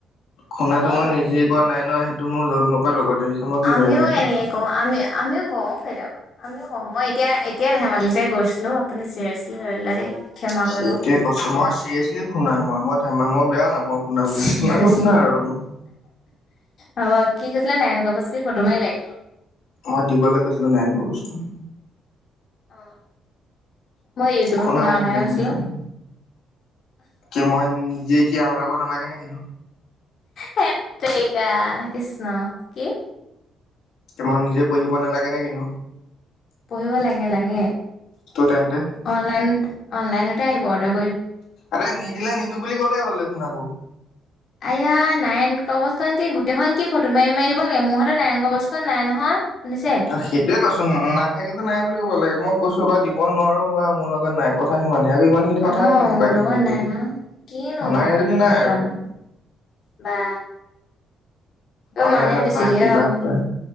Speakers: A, on the left; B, on the left.
A: শুনাতটো
B: আমাৰও
A: মই
B: ধৰে
A: নিজে কোৱা নাই ন সেইটো মোৰ জন্ম পাই লগত আহিছে মই কি
B: আমিও
A: কৰিম এতিয়া।
B: এনে কে কও আমি আমিও ক কেতিয়াবা। আমিও কওঁ মই এতিয়া এতিয়া ধেমালিতে কৈছিলো আপুনি ছিৰিয়েছলি লয় ল'লে দেই। ক্ষমা
A: সেইটোয়ে
B: কৰিব
A: কৈছো মই চিৰিয়াছলি শুন নাই মই মই থাম মই বেয়াও নাপাওঁ। শুনা বুলি
B: চিৰিয়াছলি
A: শুনাটো শুনা আৰু মই
B: হ'ব কি কৈছিলে নাৰন কাবচ কি ফটো মাৰিলে?
A: মই দিবলৈ গৈছিলো নাৰায়ণ কবজখন।
B: অ অ মই ইউটিউবত
A: খুন্দা
B: শুনা কথাই
A: কি কৰিম
B: কৈছিলো।
A: এতিয়া। কি মই নিজে কি হৰাব নালাগে ন।
B: হেত তেৰিকা কৃষ্ণ, কি?
A: মই নিজে পঢ়িব নালাগে নেকি ন?
B: পঢ়িব লাগে লাগে
A: ত' তেন্তে
B: অনলাইন অনলাইনতে আহিব‌ <unintelligible>
A: আৰে নিদিলে নিদো বুলি ক'লেই হ'ল দেখোন আকৌ
B: আয়া নাৰায়ন কবচ খন কি গোটেইখনন কি ফটো মাৰি মাৰি দিব লাগে মোৰ হতেৰ নাৰায়ন কবচখনন নাই নহয়। শুনিছে
A: অ', সেইটোয়ে কথা নাথাকিলে নাই বুলি ক'ব লাগে মই কৈছো বা দিব নোৱাৰো বা মোৰ লগত নাই কথা সিমান। স আকৌ ইমান খিনি
B: অ
A: কথা কিন্তু পকাই
B: মোৰ
A: থাকিব
B: লগত নাই
A: লাগে
B: নহয় কিনো
A: নাই
B: কথাটো
A: সেইজনী নাই
B: পকালো
A: আৰু।
B: বা। এইবোৰ
A: অনলাইনত
B: মানুহে বেচি
A: পায়
B: দিহে
A: কিবাত
B: খাব
A: পায়